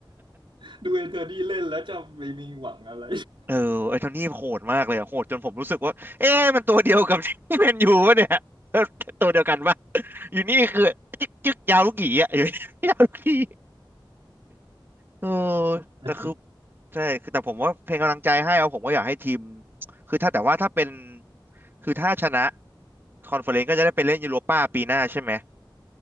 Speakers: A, on the right; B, on the right.
A: <laughs> ดูแอนโทนีเล่นแล้วจะไม่มีหวังอะไร
B: เออไอ้โทนี่โหดมากเลยอะโหดจนผมรู้สึกว่าเอ๊ะมันตัวเดียวกับที่แมนยูวะเนี่ย <laughs> ตัวเดียวกันปะอยู่นี่คือจึ๊กจึ๊กยาวลูกหยีอะอยู่ <laughs> ยาวลูกหยี เออ
A: <laughs>
B: แต่คือ
A: อาทิตย์
B: ใช่คือแต่ผมว่าเพลงกำลังใจให้เอาผมก็อยากให้ทีมคือถ้าแต่ว่าถ้าเป็นคือถ้าชนะคอนเฟอเรนซ์ก็จะได้ไปเล่นยูโรป้าปีหน้าใช่ไหม